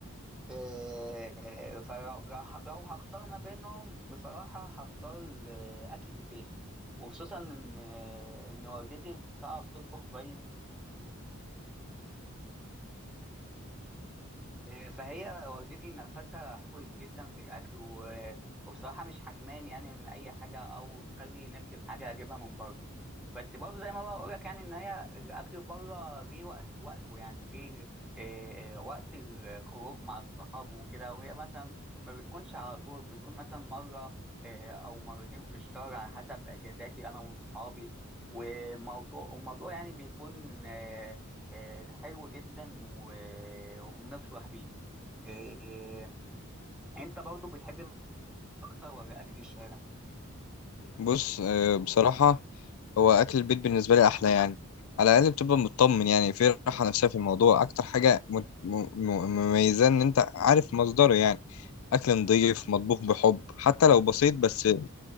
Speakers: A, in the centre; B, on the left.
A: إيه، فلو لو لو هختار ما بينهم بصراحة هختار آه، أكل البيت وخصوصا إن آه، إن والدتي بتعرف تطبخ كويس آه، فهي والدتي نفسها حلوة جدا في الأكل و- وبصراحة مش حرمان يعني من أي حاجة أو تخلي نفسي في حاجة أجيبها من بره بس برضه زي ما بقول لك يعني ان هي الاكل بره ليه وقت وقته يعني ليه آه، آه، وقت الخروج مع الصحاب وكده وهي مثلا ما بتكونش على طول بتكون مثلا مره آه، او مرتين في الشهر على حسب اجازاتي انا واصحابي وموضوع والموضوع يعني بيكون آه، آه، حلو جدا و- وبنفرح بيه آه، آه، انت برضه بتحب اكتر ولا اكل الشارع
B: بص آه، بصراحة هو أكل البيت بالنسبة لي أحلى يعني على الأقل بتبقى مطمن يعني في راحة نفسية في الموضوع أكتر حاجة م- م- م- مميزة إن أنت عارف مصدره يعني أكل نضيف مطبوخ بحب حتى لو بسيط بس